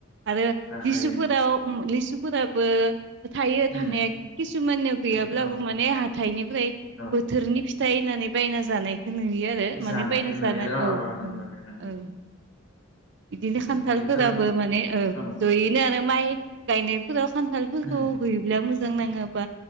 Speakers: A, on the right; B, on the left.
A: आरो
B: जाखायो
A: लिसुफोराव उम लिसु फोराबो थायो
B: उम
A: थानाया किसुमाननियाव गैयाब्लाबो
B: जायो औ
A: माने हाथाइनिफ्राय
B: औ
A: बोथोरनि फि थायनानै बायना जानाय नुयो आरो माने
B: जानायखौ
A: बायनासो
B: नुयो
A: जाना
B: आरो
A: औ औ
B: अ अ नंगौ
A: औ।
B: दे
A: उम। बिदिनो
B: नंगौ
A: खान्थालफोराबो
B: बेफोर
A: माने ओ
B: औ
A: ज'यैनो आरो। माइ गायनायफोराव खान्थाल
B: उम
A: औ हैयोब्ला मोज जों नाङोबा